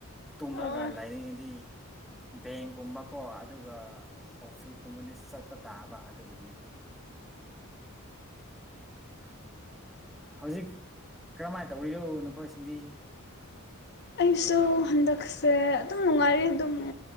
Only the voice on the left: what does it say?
ꯑꯣ
ꯑꯩꯁꯨ ꯍꯟꯗꯛꯁꯦ ꯑꯗꯨꯝ ꯅꯨꯡꯉꯥꯏꯔꯤ ꯑꯗꯨꯝ